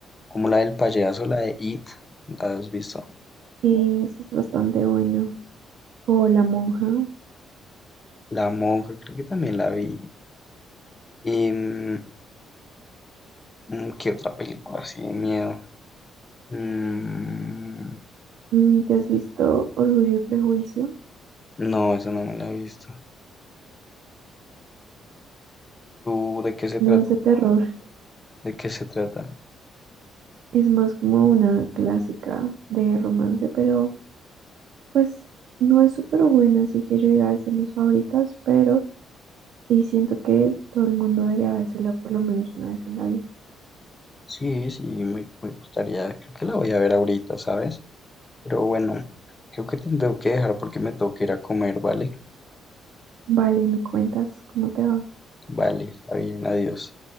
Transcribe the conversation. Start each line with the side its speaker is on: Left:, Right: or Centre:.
Left: Como la del payaso, la de It, ¿la has visto?
Right: Sí, esa es bastante buena. O La Monja.
Left: La monja, creo que también la vi. Y, mm, mm, ¿qué otra película así de miedo? Mm,
Right: Mm, ¿Te has visto Orgullo y Prejuicio?
Left: no, esa no me la he visto. ¿Tú de qué se
Right: No
Left: trata?
Right: es de terror.
Left: ¿De qué se trata?
Right: Es más como una clásica de romance, pero pues no es súper buena, así que yo diga es de mis favoritas, pero sí siento que todo el mundo debería vérsela por lo menos una vez en la vida.
Left: Sí, sí, me, me gustaría, creo que la voy a ver ahorita, ¿sabes? Pero bueno, creo que te tengo que dejar porque me tengo que ir a comer, ¿vale?
Right: Vale, ¿me cuentas cómo te va?
Left: Vale, está bien, adiós.